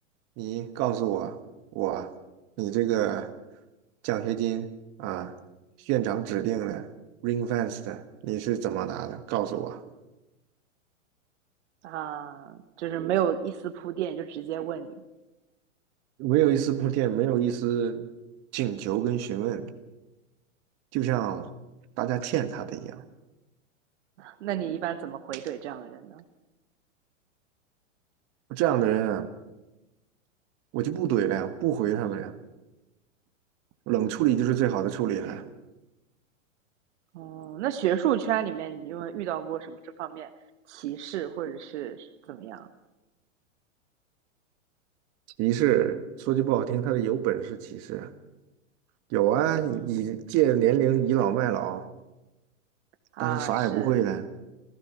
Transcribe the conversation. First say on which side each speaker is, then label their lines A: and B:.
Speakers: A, on the right; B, on the right.
A: 你告诉我。我，你这个奖学金啊，院长指定的 ring f e s t 你是怎么拿的？告诉我，
B: 啊，就是没有一丝铺垫就直接问你。
A: 没有一丝铺垫，没有一丝请求跟询问，就像大家欠他的一样。
B: 那你一般怎么回怼这样的人呢？
A: 这样的人啊，我就不怼了呀，不回他们呀，冷处理就是最好的处理了。
B: 哦，嗯那学术圈里面你有遇到过什么这方面歧视或者是怎么样？
A: 歧视，说句不好听，他的有本事歧视啊有啊，你借年龄倚老卖老，
B: 嗯，啊，
A: 但是啥也不会的，
B: 是，